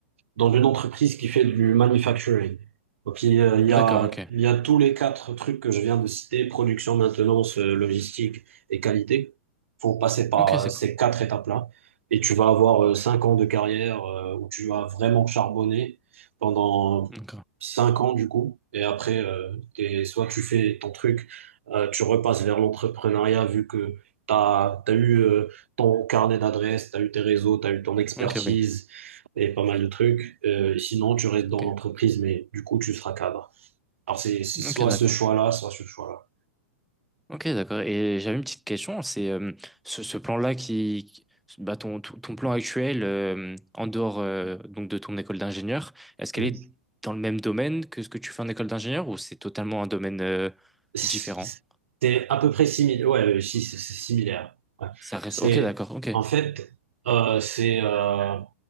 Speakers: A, on the right (about 80°); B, in the centre.
A: dans une entreprise qui fait du manufacturing. Donc, il y a, il
B: d'accord,
A: y a,
B: ok,
A: il y a tous les quatre trucs que je viens de citer, production, maintenance, euh, logistique et qualité. faut passer par
B: ok, c'est
A: euh, ces
B: quoi?
A: quatre étapes-là. Et tu vas avoir euh, cinq ans de carrière euh, où tu vas vraiment charbonner pendant
B: D'accord,
A: cinq ans, du coup. Et après, euh, t'es- soit tu fais ton truc, euh, tu repasses vers l'entrepreneuriat vu que tu as, eu euh, ton carnet d'adresses, tu as eu tes réseaux, tu as eu ton expertise
B: ok, oui,
A: et pas mal de trucs. Euh, sinon, tu restes dans
B: ok,
A: l'entreprise, mais du coup, tu seras cadre. Alors, c'est c'est soit
B: ok, d'accord.
A: ce choix-là, soit ce choix-là.
B: Ok, d'accord. Et j'avais une petite question, c'est euh, ce, ce plan-là qui, bah, ton, ton ton plan actuel euh, en dehors euh, donc de ton école d'ingénieur, est-ce qu'elle
A: Mm.
B: est dans le même domaine que ce que tu fais en école d'ingénieur ou c'est totalement un domaine euh,
A: C'est
B: différent?
A: c'est à peu près similaire. Ouais, euh, si, c'est c'est similaire. Ouais.
B: Ça reste.
A: C'est,
B: Ok, d'accord. Ok.
A: en fait, euh, c'est, euh,